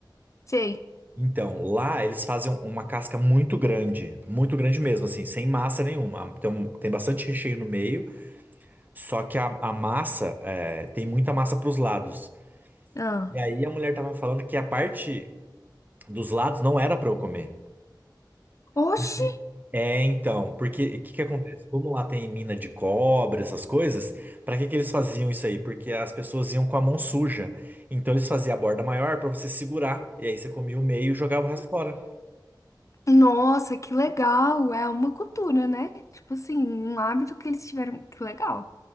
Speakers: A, on the left (about 40°); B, on the right (about 25°).
A: Sei.
B: Então, lá eles fazem uma casca muito grande, muito grande mesmo, assim, sem massa nenhuma. Tem, um- tem bastante recheio no meio, só que a, a massa, é, tem muita massa para os lados.
A: Ah.
B: E aí a mulher tava falando que a parte dos lados não era para eu comer.
A: Oxi!
B: Porque- É, então, porque o que que acontece? Como lá tem mina de cobre, essas coisas, pra que que eles faziam isso aí? Porque as pessoas iam com a mão suja. Então eles faziam a borda maior pra você segurar. E aí você comia o meio e jogava o resto fora.
A: Nossa, que legal! É uma cultura, né? Tipo assim, um hábito que eles tiveram. Que legal.